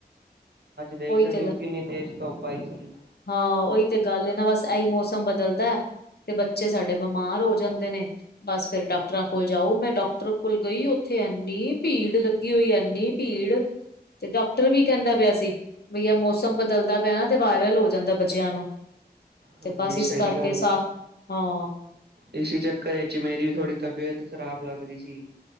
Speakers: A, on the right (about 70°); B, on the left (about 65°).
A: ਦੇਖ
B: ਉਹੀ
A: ਸਕਦੇ
B: ਤੇ
A: ਹੋ ਕਿੰਨੀ ਤੇਜ਼ ਧੁੱਪ ਆਈ ਸੀਗੀ।
B: ਹਾਂ ਉਹੀ ਤੇ ਗੱਲ ਹੈ ਨਾ ਬਸ, ਇਹੀ ਮੌਸਮ ਬਦਲਦਾ- ਤੇ ਬੱਚੇ ਸਾਡੇ ਬਿਮਾਰ ਹੋ ਜਾਂਦੇ ਨੇ ਬਸ ਫੇਰ ਡਾਕਟਰਾਂ ਕੋਲ ਜਾਓ। ਮੈਂ ਡਾਕਟਰ ਕੋਲ ਗਈ ਉੱਥੇ ਐੰਨੀ ਭੀੜ ਲੱਗੀ ਹੋਈ ਐਨੀ- ਭੀੜ ਤੇ ਡਾਕਟਰ ਵੀ ਕਹਿੰਦਾ ਪਿਆ ਸੀ ਬਈਆ ਮੌਸਮ ਬਦਲਦਾ ਪਿਆ ਨਾ ਤੇ ਵਾਇਰਲ ਹੋ ਜਾਂਦਾ ਬੱਚਿਆਂ ਨੂੰ,
A: ਹਾਂਜੀ
B: ਤੇ ਬਸ ਇਸ
A: ਸਹੀ
B: ਕਰਕੇ
A: ਗੱਲ
B: ਸਾ
A: ਹੈ
B: ਹਾਂ।
A: ਇਸੀ ਚੱਕਰ ਵਿੱਚ ਮੇਰੀ ਵੀ ਥੋੜ੍ਹੀ ਤਬੀਅਤ ਖ਼ਰਾਬ ਲੱਗ ਰਹੀ ਸੀ।